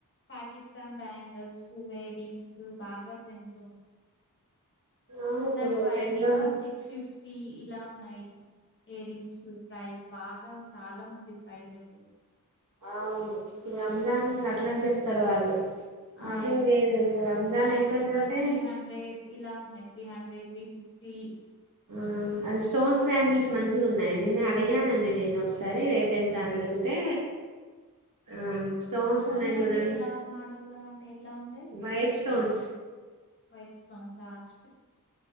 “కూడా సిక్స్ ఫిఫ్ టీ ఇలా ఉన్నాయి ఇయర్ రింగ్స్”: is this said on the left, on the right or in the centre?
Left